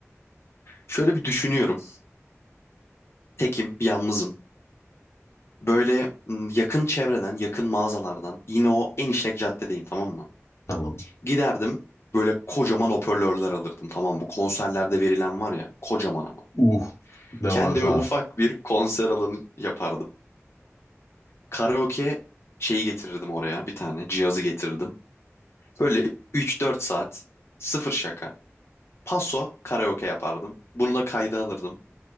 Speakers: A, on the left; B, on the left.
A: Şöyle bir düşünüyorum. Tekim, yalnızım. Böyle m, yakın çevreden, yakın mağazalardan. Yine o en işlek caddedeyim tamam mı?
B: Tamam.
A: Giderdim böyle kocaman hoparlörler alırdım. Tamam mı? bu konserlerde verilen var ya kocaman ama.
B: Uh, devasa.
A: Kendime ufak bir konser alanı yapardım. Karaoke şeyi getirirdim oraya bir tane cihazı getirirdim. Böyle üç dört saat sıfır şaka. Paso karaoke yapardım. Bunu da kayda alırdım.